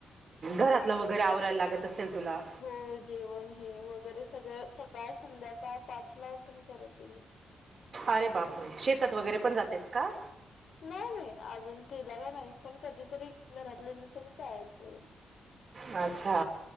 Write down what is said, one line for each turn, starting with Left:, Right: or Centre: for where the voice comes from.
Right: घरातलं वगैरे आवरायला लागत असेल तुला.
Left: हो जेवण हे वगैरे सगळं सकाळ, संध्याकाळ पाच ला उटून करते मी
Right: अरे बापरे शेतात
Left: हम्
Right: वगैरे पण जातेस का
Left: नाही नाही अजून तीला काय नाही पण, कधीतरी घरातल्यानसोबतच जायचं.
Right: अच्छा,